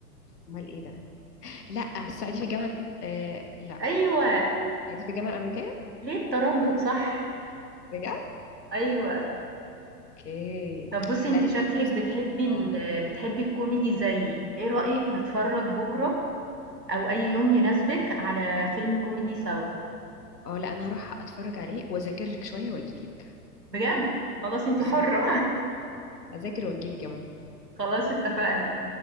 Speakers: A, on the left (about 70°); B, on the right (about 85°).
A: امال ايه ده لا الصعيدي في الجامعه آه لا
B: ايوه
A: قاعدين في الجامعة الأمريكية
B: ليه التردد صح
A: بجد؟
B: ايوه
A: اوكي
B: طب بصي انت
A: لا يا
B: شكلك
A: ستي بس
B: بتحبي
A: اه
B: ال... بتحبي الكوميدي زيي ايه رأيك نتفرج بكرة او اي يوم يناسبك على فيلم كوميدي سوا
A: اه لا انا هروح اتفرج عليه واذاكر لك شوية واجيلك
B: بجد خلاص انت
A: بالظبط
B: حرة
A: اذاكر واجيلك يا ماما
B: <laughs> خلاص اتفقنا